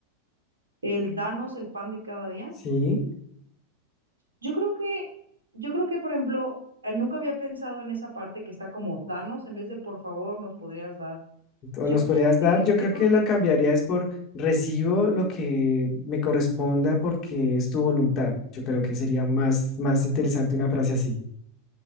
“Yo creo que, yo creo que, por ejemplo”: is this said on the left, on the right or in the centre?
Right